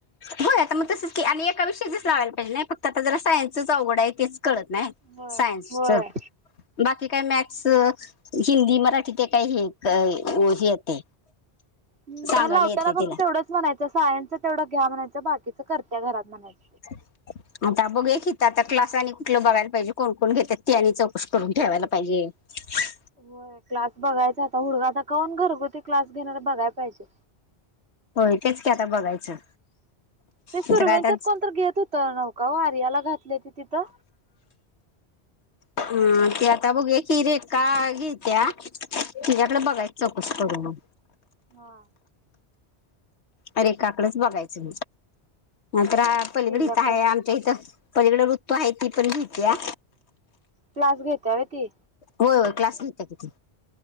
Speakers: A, on the left; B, on the right.
A: ब आता मग तसंच क आणि एका विषयीच लावायला पाहिजे नाही फक्त आता जरा सायन्सच अवड आहे तेच कळत नाही
B: होय
A: सायन्स
B: होय
A: हिंदी मराठी ते काही हे हे येते
B: हम
A: सांगायला
B: मला लावताना
A: येते तिला
B: फक्त तेवढंच म्हणायचं सायन्सच तेवढं घ्या म्हणायचं बाकीचं करत्या घरात म्हणायचं
A: ह <inaudible> आता बघूया की हिथ आता क्लास आणि कुठलं बघायला पाहिजे कोण कोण घेत्यात ते आणि चौकशी करून ठेवायला पाहिजे ह <inaudible>
B: होय क्लास बघायचा आता हुडगायचा कोण घरगुती क्लास घेणार बघाय पाहिजे
A: होय तेच की आता बघायचं
B: ते सुरव्यांच्यात
A: तिथं काय आता
B: कोण घेत होत नव्हका आर्याला घातले ति तिथं
A: हा ते बघूया की रेखा घेत्या तिच्याकडे बघायच चौकशी करून मग
B: हा
A: रेखाकडेच बघायचं नंतर पलीकड
B: तिच्याकड
A: इथं आहे आमच्या इथं पलीकड ऋतू आहे ती पण घेत्या
B: क्लास घेत्या व्हय ती
A: होय होय क्लास घेत्या